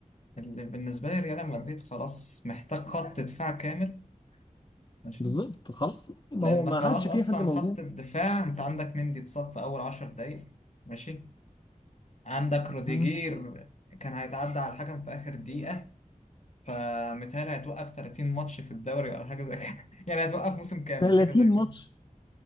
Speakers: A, on the left (about 55°); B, on the left (about 35°).
A: اللي بالنسبة لي ريال مدريد خلاص محتاج خط دفاع كامل ماشي
B: بالظبط خلاص ما
A: لأن
B: هو ما
A: خلاص
B: عادش
A: أصلا
B: في حد موجود
A: خط الدفاع أنت عندك مندي اتصاب في أول عشر دقايق ماشي عندك روديجير
B: مم.
A: كان هيتعدى على الحكم في آخر دقيقة فمتهيألي هيتوقف 30 ماتش في الدوري ولا حاجة زي كده <laughs> يعني هيتوقف موسم كامل
B: 30
A: حاجة زي كده
B: ماتش